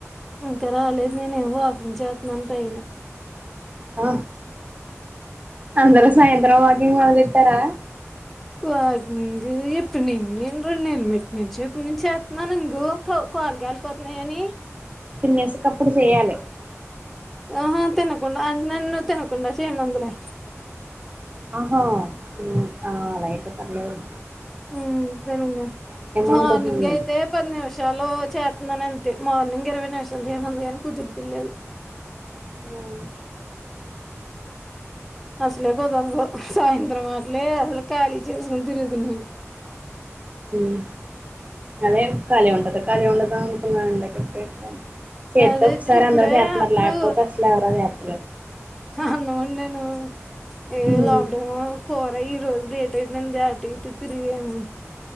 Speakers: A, in the centre; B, on the right.
A: ఇంకా రాలేదు నేనే ఏమో వాకింగ్ చేస్తన్నాను పైన
B: ఆ అందరూ సాయంత్రం వాకింగ్ మొదలెట్టారా
A: వాంకింగ్ ఎప్పుడు నుండి నేను రెండు నెల్ల మట్ నుంచి ఎప్పుడు నుంచి చేతున్నాను ఇంగో కాలు గాలిపోతున్నాయ్ అని
B: తినేసక అప్పుడు చెయాలి
A: ఆహా తినకుండా అంటే నన్న తినకుండా చెయ్యమందిలే
B: ఆహో ఆ అలాయితే పర్లేదులే
A: ఉమ్ తెనుంగా మార్నింగ్
B: అనుకుంటున్నాను
A: అయితే పది నిమిషాలు చే తున్నాను అంతే మార్నింగ్ ఇరవై నిమిషాలు చేయమంది కానీ కుదుర్తలేదు
B: హొ
A: అసలే కుదరదు సాయంత్రం అటలే అసలు ఖాళీ చేసుకుని తిరుగుతున్నాను
B: మ్ అదే కాలి ఉంటదా కాలి ఉండదొ అనుకున్నాను ఇందాక ఎప్పుడో ఎక్క చెత్తే
A: అదే
B: ఒకసారి
A: ఇప్పుడే
B: అందరూ చేతున్నారు
A: అప్పుడు
B: లేకపోతే అసలు ఎవరు చే
A: అన్నం వొండాను ఏ
B: ఉమ్
A: లోపడేమో కూర ఈ రోజులు లే ట్ అయిపోయింది అటు ఇటూ తిరిగాము